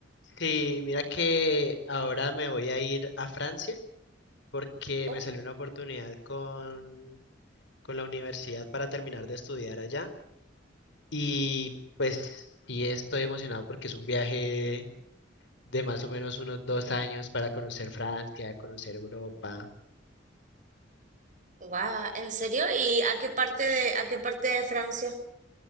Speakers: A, on the left; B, on the right.
A: Sí, mira que ahora me voy a ir a Francia porque
B: Oh,
A: me salió una oportunidad con, con la universidad para terminar de estudiar allá y pues sí estoy emocionado porque es un viaje de más o menos unos dos años para conocer Francia, conocer Europa.
B: guau, ¿en serio? ¿Y a qué parte de, a qué parte de Francia?